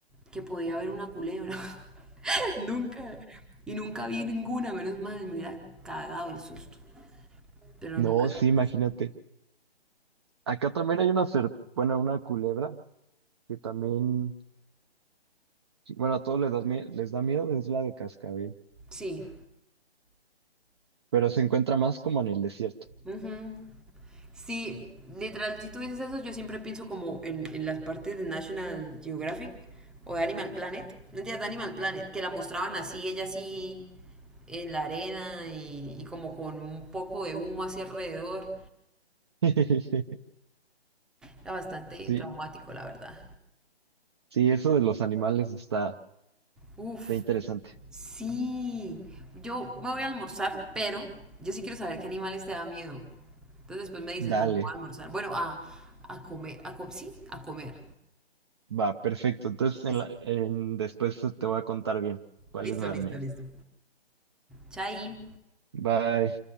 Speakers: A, in the centre; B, on the right (about 25°).
A: que podía haber una culebra. <laughs> Nunca. Y nunca vi ninguna, menos mal, me hubiera cagado el susto. Pero
B: No,
A: nunca
B: sí,
A: jamás.
B: imagínate. Acá también hay una serp- bueno, una culebra que también, sí, bueno, a todos les da miedo, les da miedo, es la de cascabel,
A: Sí.
B: pero se encuentra más como en el desierto.
A: ujú. Sí, literal, si tú dices eso, yo siempre pienso como en, en las partes de National Geographic o de Animal Planet. No entiendes, de Animal Planet, que la mostraban así, ella así en la arena y, y como con un poco de humo hacia alrededor.
B: <laughs>
A: Era bastante
B: Sí,
A: traumático, la verdad.
B: sí, eso de los animales está,
A: Uf,
B: está interesante.
A: sí. Yo me voy a almorzar, pero yo sí quiero saber qué animales te da miedo. Entonces después me dices,
B: Dale,
A: pero no voy a almorzar. Bueno, a, a comer, a co- sí, a comer.
B: va, perfecto. Entonces, en
A: Eso.
B: la- en- después te voy a contar bien cuáles
A: Listo,
B: me dan
A: listo,
B: miedo.
A: listo. Chai.
B: Bye.